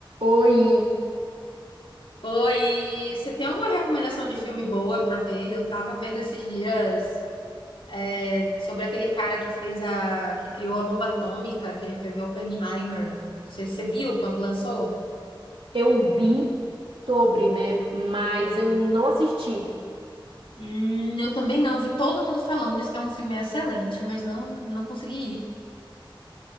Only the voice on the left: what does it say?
Oi, você tem alguma recomendação de filme boa pra ver? Eu tava vendo esses dias é, sobre aquele cara que fez a, que criou a bomba atômica, aquele filme Oppenheimer. Você, você viu quando lançou?
Hum, eu também não, vi todo mundo falando, disse que é um filme excelente, mas não não consegui ir.